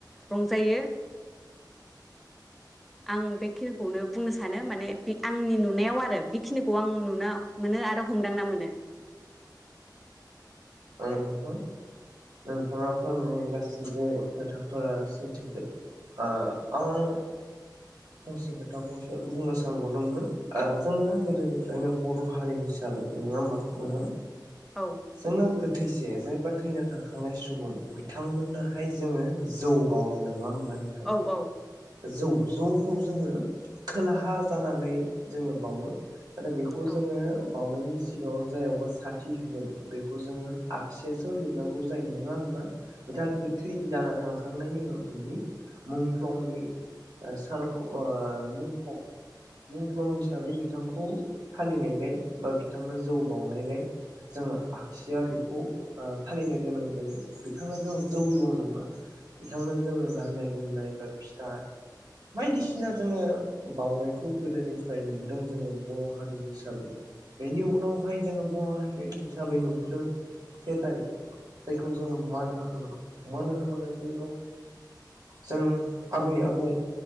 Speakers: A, in the centre; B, on the right.
A: रंजायो। आं बेखिनिखौनो बुंनो सानो माने बे आंनि नुनायाव आरो बेखिनिखौ आं नुनो मोनो आरो हमदांना मोनो।
B: ओं नोंथां नोंथाङा फोरमायनाय गासैबो खोथाफोरा सैथोजोब। ओ आं फंसे खोथाखौसो बुंनो सानबावदोंमोन आ जोंना गोदोनिफ्रायनो बर' हारि हिसाबै नोङा होमबा नोंथां
A: औ
B: जोंना गो थैसे जायबा थैना थाखांनाय सुबुं बिथांमोननोहाय जोङो जौ बावो नङा होम बा नोंथां
A: औ औ
B: जौ जौखौ जोङो खोलाहा जानानै जोङो बावो। आरो बेखौ
A: औ
B: जोङो बावनायनि सिगाङाव जायावबा साथि होगोन बेखौ जोङो आखसियासो लिरनांगौ जायो नोङा होमबा बिथाङा गोथै जाना थांखांनायनि उनाव बिनि मुंख्लंनि सान आं मुंख्लं मुंख्लं हिसाबै बिथांखौ फालिनायलाय बा बिथांनो जौ बावनायलाय जोङो आगसि खौ फालिनो गोनां जायो बिथांनो जों जौल नङा बिथांनो जोङो गाननाय जोमनाय बा फिथा बायदिसिना जोङो बावउनायखौ गोदोनिफ्राय नुबोदों जोङो बर हारि हिसाबै बेनि उनावहाय जोङो बर हारि हिसाबै नुबोदों से थारिख जायखौ जोङो मान होखां मान होखांनायनि उनाव जों आबै आबौ